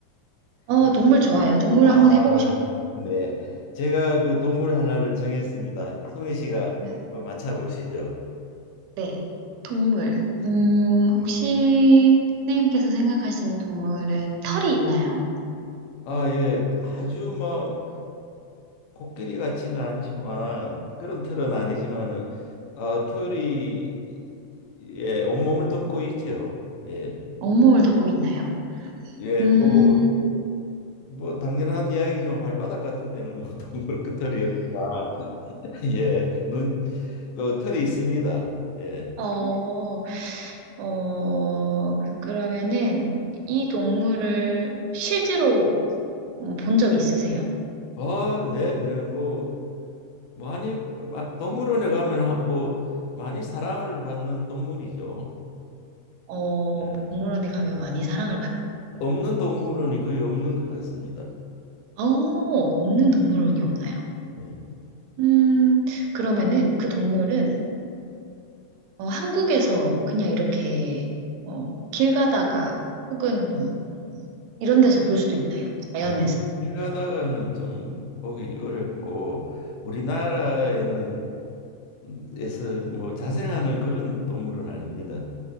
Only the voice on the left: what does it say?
그-
아,
네. 제가 그 동물 하나를 정했습니다. 송혜 씨가
한번 맞춰보시죠.
음.
아, 예. 아주 뭐 코끼리 같지는 않지만 그런 털은 아니지만은 어, 털이 예, 온몸을 덮고 있죠. 예.
예,
뭐, 뭐 당연한 이야기지만 발바닥 같은 데는 뭐 <laughs> 동물 그 털이 없다. <laughs> 예. 눈, 그 털이 있습니다. 예.
어, 네, 네. 뭐 많이 마, 동물원에 가면 하- 뭐 많이 사랑을 받는 동물이죠.
음.
없는 동물원이 거의 없는 것 같습니다.
예.
아, 길 가다가는 좀 보기 어렵고 우리나라에는 에서 뭐 자생하는 그런 동물은 아닙니다.